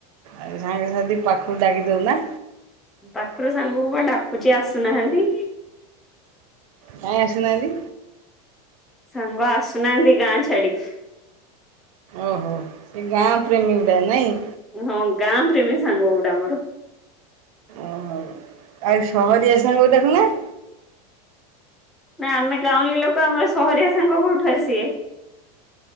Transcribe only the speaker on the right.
ଆଉ ସାଙ୍ଗ ସାଥି ପାଖକୁ ଡାକି ଦଉନ?
କାଇଁ ଆସୁ ନାହାନ୍ତି?
ଓହୋ ସେ ଗାଁ ଟ୍ରେନିଙ୍ଗ ପାଇଁ ନାଇଁ?
ଓହ ଆଉ ସହରିଆ ସାଙ୍ଗ କୁ ଡାକୁନ?